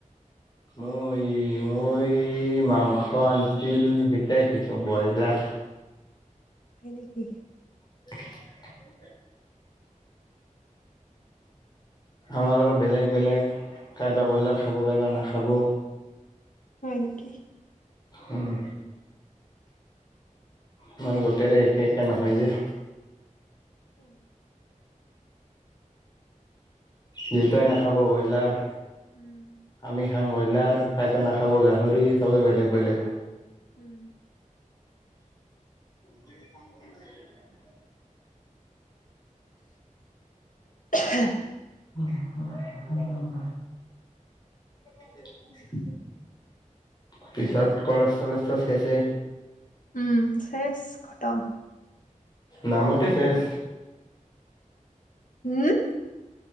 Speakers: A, on the left; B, on the left.
A: মই মই সি মাংস আনছিল সিটাই খাইছো ব্ৰইলাৰ
B: হয় নিকি।
A: <unintelligible> আমাৰ আৰু বেলেগ বেলেগ কাইবা ব্ৰইলাৰ খাব কাইবা নাখাব।
B: হয় নিকি?
A: উম। আমাৰ গোটেৰে একে একে নহয় যে।
B: অ
A: দেউতাই নাখাব ব্ৰইলাৰ।
B: উম
A: আমি খাং ব্ৰইলাৰ, কাইবা নাখাব গাহৰি চবেই বেলেগ বেলেগ।
B: উম
A: <unintelligible>
B: <unintelligible>
A: <unintelligible> <unintelligible> পিছত কলেজ চলেজটো শেষে
B: উম, শেষ খটম।
A: নামতে শেষ
B: উম